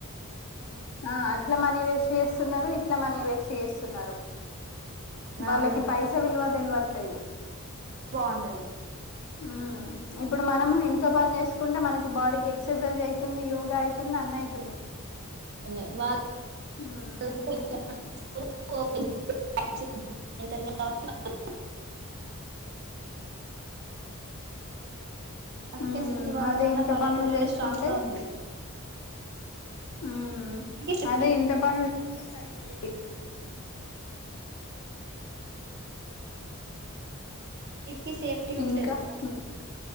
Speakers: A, on the right (about 50°); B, on the left (about 80°).
A: అ
B: ఆ అట్లా మనీ వేస్ట్ చేస్తున్నారు ఇట్లా మనీ వేస్ట్ చేస్తున్నారు వాళ్ళకి
A: అవును
B: పైసా విలువ తెల్వట్లేదు
A: బాగుంటది
B: ఉమ్ ఇప్పుడు మనము ఇంట్లో పని చేసుక్ కుండా మనకి బాడీకి ఎక్సర్సైజ్ అయితుంది యోగా అయితుంది అన్ని అయితున్నాయి
A: న్నాయి వా
B: ఉమ్
A: <unintelligible> అంద్
B: ఉమ్
A: కె సిటీ వాళ్ల
B: అదే
A: కన్నా
B: ఇంట్లో
A: పల్లెటూరోళ్లే
B: పనులు చేసుకుంటే
A: స్ట్రాంగ్గా ఉంటరు
B: ఉమ్
A: సేఫ్టీ
B: అదే ఇంట్ల పని చేసుకుంటే సరిపోయేది
A: అన్నిటికీ సేఫ్టీ
B: ఇంకా
A: ఉంటది
B: ఉ